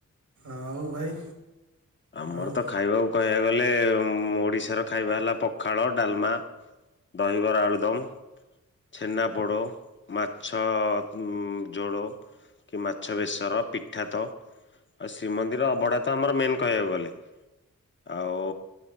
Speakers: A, on the right; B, on the left.
A: ଆଉ ଭାଇ
B: ଆମର
A: ଆଉ
B: ତ ଖାଇବାକୁ କହିଆକୁ ଗଲେ ଓଡିଶାର ଖାଇବା ହେଲା ପଖାଳ ଡାଲମା ଦହିବରା ଆଳୁଦମ୍ ଛେନା ପୋଡ଼ ମାଛ ଉଁ ଜୋଡ କି ମାଛ ବେଶର ପିଠା ତ ଆଉ ଶ୍ରୀମନ୍ଦିର ଅବଢା ତ ଆମର ମେନ୍ କହିଆକୁ ଗଲେ, ଆଉ